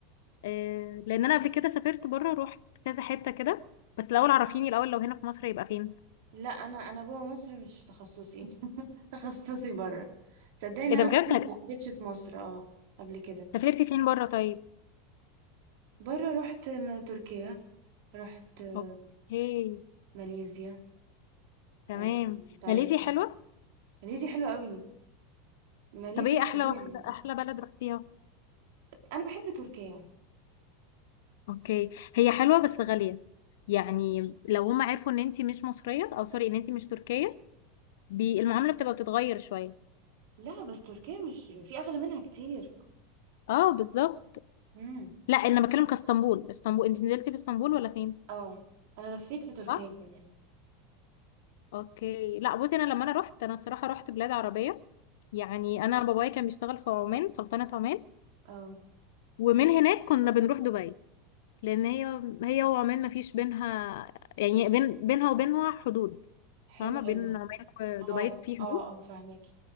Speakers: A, on the left (about 65°); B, on the right (about 60°).
A: آه، لان انا قبل كده سافرت بره روحت كذا حته كده بس الاول عرفيني الاول لو هنا في مصر يبقى فين
B: لا انا انا جوه مصر مش تخصصي <laughs> تخصصي بره صدقني ان
A: ايه
B: انا
A: ده بجد
B: فعلا ما لفيتش في مصر اه قبل كده
A: سافرتي فين بره طيب
B: بره رحت م- تركيا رحت آه،
A: اوكي
B: ماليزيا
A: تمام
B: آه، تايلاند
A: ماليزيا حلوه
B: ماليزيا حلوة قوي ماليزيا
A: طب ايه احلى
B: طبيعي
A: واحده
B: يعني.
A: احلى بلد رحتيها
B: انا بحب تركيا
A: اوكي هي حلوة بس غالية يعني لو هم عرفوا ان انتي مش مصرية او سوري ان انتي مش تركية بي المعاملة بتبقى بتتغير شوية
B: لا بس تركيا مش في اغلى منها كتير
A: اه بالظبط
B: امم
A: لا انا بتكلم كاسطنبول اسطنبول انتي نزلتي في اسطنبول ولا فين
B: اه انا لفيت في تركيا
A: صح
B: يعني
A: اوكي لا بصي انا لما انا رحت انا الصراحة رحت بلاد عربية يعني انا بابايا كان بيشتغل في عمان سلطنة عمان
B: اه
A: ومن هناك كنا بنروح دبي لان هي هي وعمان ما فيش بينها يعني بين بينها وبينها حدود
B: حلو
A: فاهمة بين
B: قوي
A: عمان ودبي
B: اه
A: في حدود
B: اه اه فهماكي